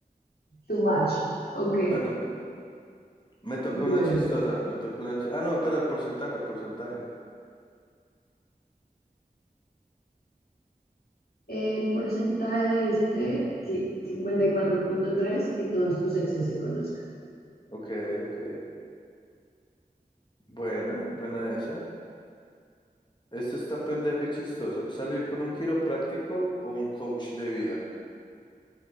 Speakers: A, on the left; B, on the left.
A: Too much. Ok,
B: <laughs> Me tocó
A: bueno.
B: una chistosa, me tocó una chistosa. Ah, no, espera, el porcentaje, el porcentaje.
A: El porcentaje de este, sí, cincuenta y cuatro punto tres que todos tus exes se conozcan.
B: Ok, ok. Buena, buena esa. Este está pendejo y chistoso. ¿Salir con un quiropráctico o un coach de vida?